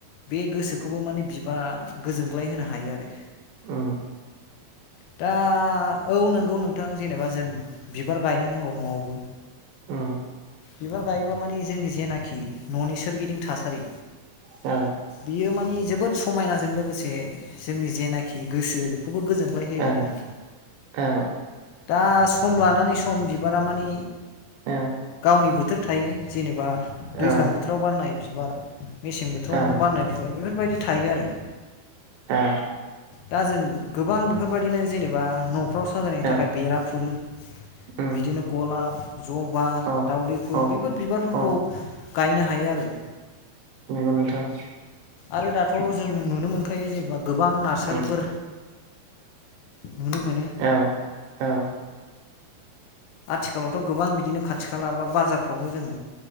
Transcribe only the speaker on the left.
बे गोसोखौबो माने बिबारा गोजोनग्लाय होनो हायो आरो।
दा औ नंगौ नोंथां जेनेबा जों बिबार गायनो नांगौ न'आवबो
बिबार गायोबा मानि जोंनि जेनाखि न'नि सोरगिदिं थासारि
बेयो माने जोबोद समायनाजों लोगोसे जोंनि जेनाखि गोसो बेखौबो गोजोन ग्लाय होयो
नोंथां
दा सम लानानै सम बिबारा मानि
गावनि बोथोर थायो जेनेबा
दैज्लां बोथोराव बारनाय बिबार मेसें बोथोराव
बारनाय बिबार बेफोरबायदि थायो आरो।
दा जों गोबां बेफोरबायदिनो जेनेबा न' फ्राव साजायनो थाखाय
बेराफुल
बिदिनो गलाब जबा
दावदै फुल
बेफोर बिबारफोरखौ
गायनो हायो आरो।
आरो दाथ' जों नुनो मोनखायो जेनेबा गोबां नार्सारिफोर
नुनो मोनो
आथिखालावथ' गोबां बिदिनो खाथि खाला बा बाजारफ्रावबो जोङो